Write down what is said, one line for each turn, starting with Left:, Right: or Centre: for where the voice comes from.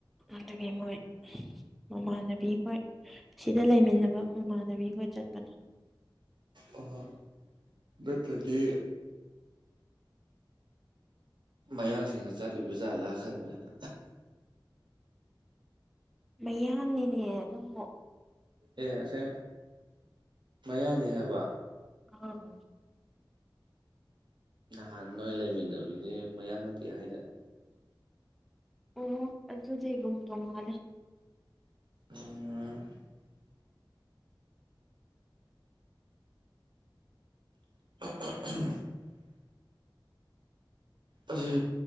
Centre: ꯑꯗꯨꯒꯤ ꯃꯣꯏ ꯃꯃꯥꯟꯅꯕꯤꯈꯣꯏ ꯁꯤꯗ ꯂꯩꯃꯤꯟꯅꯕ ꯃꯃꯥꯟꯅꯕꯤ ꯈꯣꯏ ꯆꯠꯄꯅꯦ
Right: <unintelligible> ꯅꯠꯇꯗꯤ ꯃꯌꯥꯡꯁꯤꯡꯅ ꯆꯠꯂꯨꯕ ꯖꯥꯠꯂꯥ ꯈꯟꯕ ꯑꯩꯅ
Centre: ꯃꯌꯥꯡꯅꯤꯅꯦ ꯅꯪꯕꯣ
Right: ꯑꯦ ꯑꯁꯦ ꯃꯌꯥꯡꯅꯦ ꯍꯥꯏꯕ
Centre: ꯑꯧ
Right: ꯅꯍꯥꯟ ꯅꯣꯏ ꯂꯩꯃꯤꯟꯅꯔꯨꯗꯤ ꯃꯌꯥꯡ ꯅꯥꯇꯦ ꯍꯥꯏꯗꯥꯏ
Centre: ꯑꯣ ꯑꯗꯨꯗꯤ ꯔꯨꯝ ꯇꯣꯡꯉꯥꯜꯂꯦ
Right: <unintelligible> <unintelligible> ꯑꯗꯨ